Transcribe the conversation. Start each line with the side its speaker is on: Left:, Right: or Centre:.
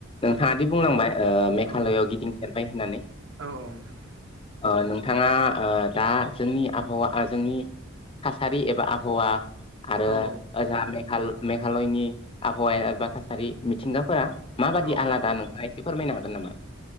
Left: नोंथाङा दि बुंलांबाय ओ मेघालयआव
Right: औ
Left: गिदिंफेरबाय होननानै
Right: औ औ नोंथां
Left: ओ नों थाङा ओ दा जोंनि आबहावा ओ जोंनि थासारि एबा आबहावा आरो
Right: औ औ नोंथां
Left: ओजा मेघाल मेघालयनि आबहावाय एबा थासारि मिथिंगाफोरा माबादि
Right: औ औ
Left: आलादा नोंथाङा एसे फोरमायनो हागोन नामा